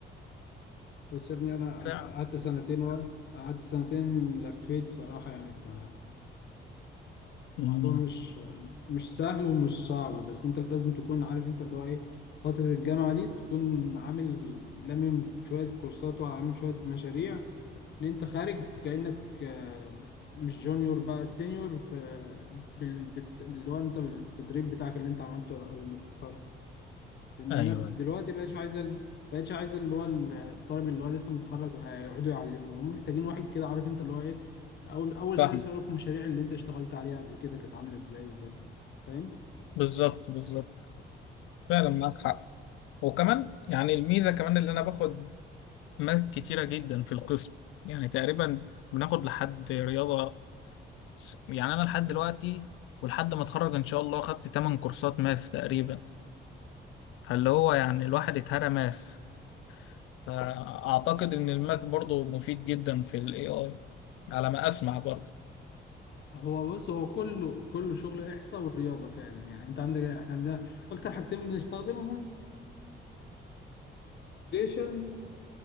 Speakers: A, on the left; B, on the left.
A: بس يا ابني انا
B: فعلا
A: قعدت سنتين و... قعدت سنتين لفيت صراحه يعني ف
B: مم.
A: الموضوع مش مش سهل ومش صعب بس انت لازم تكون عارف انت اللي هو ايه فترة الجامعة دي تكون عامل لامم شوية كورسات وعامل شوية مشاريع ان انت خارج كأنك آه، مش جونيور بقى سينيور في بال- بت- اللي هو انت التدريب بتاعك اللي انت عملته قبل ما تتخرج لان
B: ايوه
A: الناس دلوقتي بقتش عايزه ال- بقتش عايزه اللي هو الطالب اللي هو لسه متخرج هيقعدوا يعلموه هم محتاجين واحد كده عارف انت اللي هو ايه اول اول
B: فاهم
A: سنه سابق المشاريع اللي انت اشتغلت عليها قبل كده كانت عامله ازاي وكده فاهم
B: بالظبط بالظبط فعلا معاك حق وكمان يعني الميزه كمان اللي انا باخد ماث كتيره جدا في القسم يعني تقريبا بناخد لحد رياضه س- يعني انا لحد دلوقتي ولحد ما اتخرج ان شاء الله خدت 8 كورسات ماث تقريبا فاللي هو يعني الواحد اتهرى ماث فاعتقد ان الماث برضو مفيد جدا في الاي اي على ما اسمع برضو
A: هو بص هو كله كله شغل احصاء والرياضه فعلا يعني انت عندك احنا عندنا اكتر حاجتين بنستخدمهم الايجريشن